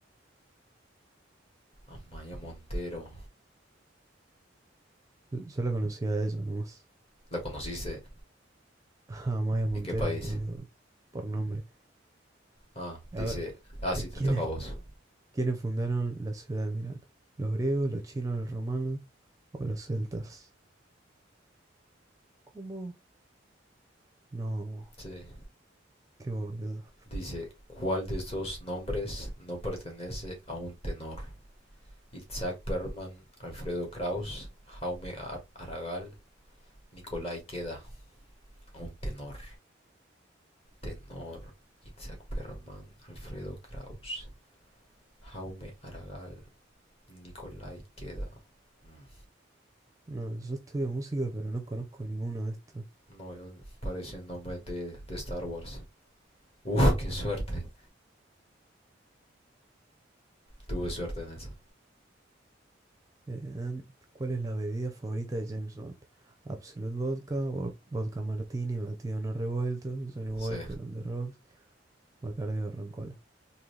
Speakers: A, on the left (about 30°); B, on the right (about 15°).
A: Amaya Montero.
B: yo la conocía de eso nomás.
A: ¿La conociste?
B: <laughs> A Maya Montero,
A: ¿En qué país?
B: digo, por nombre.
A: Ah, dice,
B: A ver,
A: ah,
B: eh,
A: sí, te
B: ¿quiénes,
A: toca a vos.
B: quiénes fundaron la ciudad de Milán? ¿Los griegos, los chinos, los romanos o los celtas? ¿Cómo? No,
A: Sí.
B: qué boludo.
A: Dice, ¿cuál de estos nombres no pertenece a un tenor? Isaac Perlman, Alfredo Kraus, Jaume Ar- Aragall, Nicolai queda un tenor. Tenor Isaac Perlman, Alfredo Kraus, Jaume Aragal, Nicolai queda. Mm,
B: No, yo estudio música, pero no conozco ninguno de estos.
A: No veo, parecen nombres de, de Star Wars. Uf, qué suerte. Tuve suerte en esa.
B: Eh, em, ¿cuál es la bebida favorita de James Bond? Absolute Vodka, vo- Vodka Martini, batido no revuelto, Johnny Walker
A: Sí.
B: on the rocks, Bacardi o Roncola.